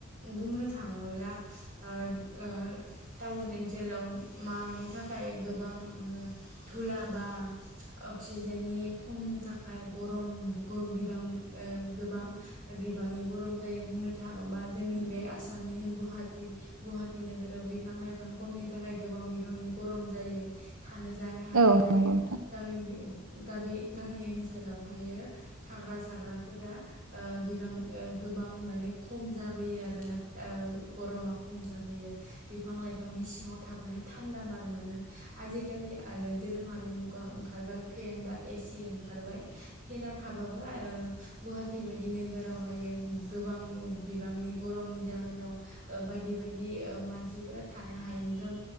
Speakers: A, on the right; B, on the right.
A: बुंनो थाङोब्ला ओ ओ टाउन ओनसोलाव मानि थाखाय गोबां धुला बा अक्सिजेननि खमनि थाखाय गरम गरम बिबां ओ गोबां बिबांनि गरम जायो बुंनो थाङोबा जोंनि बे आसामनिनो गुवाहाटि गुवाहाटि नोगोराव बिफां लाइफां खमनि थाखाय गोबां बिबांनि गरम जायो। थानो जानो हाया
B: औ
A: जायो
B: नंगौ नोंथां।
A: गामि बि गाबि गामि ओनसोलावहायो थाग्रा जाग्राफोरा ओ बिबां ओ गोबां माने खम जाबोयो आरोना ओ गरमा खम जाबोयो बिफां लाइफांनि सिङाव थाबानो थान्दा बार मोनो। आजिकालि आरो दोरोङारि मुगा ओंखारबाय फेन बा एसि ओंखारबाय। फेनाव थाबाबो आ ओ गुवाहाटि बायदि नोगोरावहायो गोबां बिबांनि गरमनि जाहोनाव ओ बायदि बायदि ओ मानसिफोरा थानो हायैनि दङ